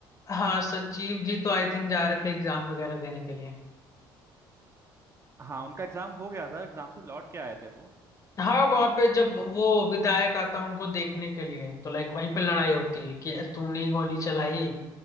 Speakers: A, on the left (about 35°); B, on the right (about 30°).
A: हाँ सचिव जी तो आई थिंक जा रहे थे एग्जाम वगैरह देने के लिए
B: हाँ उनका एग्जाम हो गया था एग्जाम से लौट के आए थे वो
A: हाँ वहां पे जब
B: और
A: वो विधायक आता है उनको देखने के लिए तो लाइक वहीं पे लड़ाई
B: हाँ
A: होती है कि तूने ही गोली चलाई